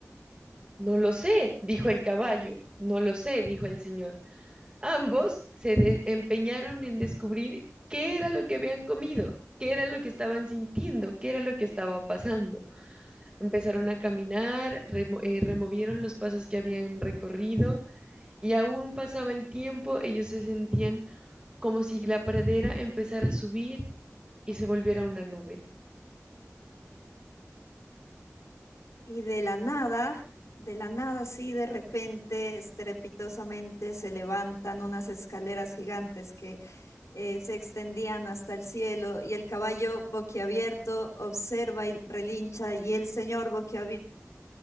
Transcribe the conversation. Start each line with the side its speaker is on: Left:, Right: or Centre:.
Right: No lo sé, dijo el caballo. No lo sé, dijo el señor. Ambos se empeñaron en descubrir qué era lo que habían comido, qué era lo que estaban sintiendo, qué era lo que estaba pasando. Empezaron a caminar, remo- eh, removieron los pasos que habían recorrido y aún pasaba el tiempo, ellos se sentían como si la pradera empezara a subir y se volviera una nube.
Left: Y de la nada, de la nada, sí, de repente, estrepitosamente se levantan unas escaleras gigantes que eh, se extendían hasta el cielo y el caballo boquiabierto observa y relincha y el señor boquiabierto